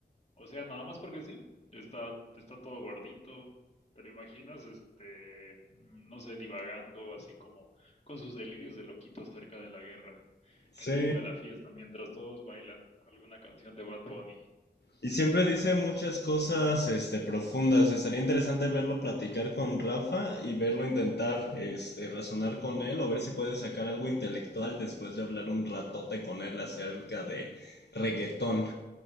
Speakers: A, on the left; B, on the left.
A: O sea, nada más porque sí, está, está todo gordito. ¿Te lo imaginas? Este, no sé, divagando así como con sus delirios de loquito acerca de la guerra,
B: Sí.
A: en medio de la fiesta, mientras todos bailan alguna canción de Bad Bunny.
B: Y siempre dice muchas cosas, este, profundas. Estaría interesante verlo platicar con Rafa y verlo intentar, este, razonar con él o ver si puede sacar algo intelectual después de hablar un ratote con él acerca de reggaetón